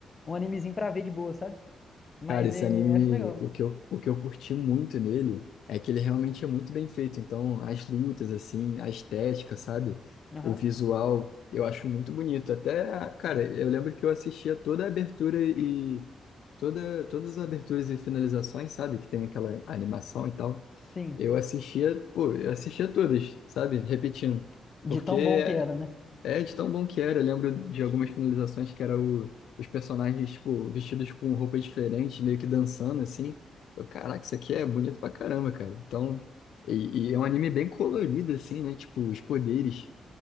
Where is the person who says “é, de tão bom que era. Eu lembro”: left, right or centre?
Left